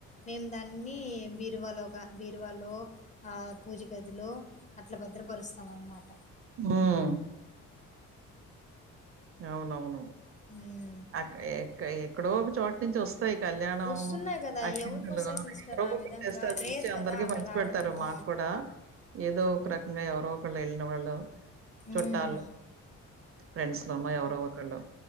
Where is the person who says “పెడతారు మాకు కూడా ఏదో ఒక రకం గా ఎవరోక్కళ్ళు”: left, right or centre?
Right